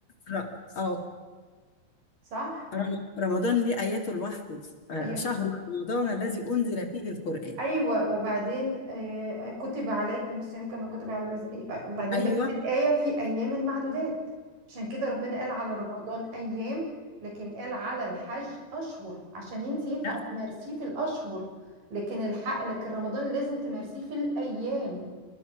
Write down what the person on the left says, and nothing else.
ر- اه
رم- رمضان ليه اياته لوحده آه
شهر رمضان الذي انزل فيه القرآن
ايوه
لا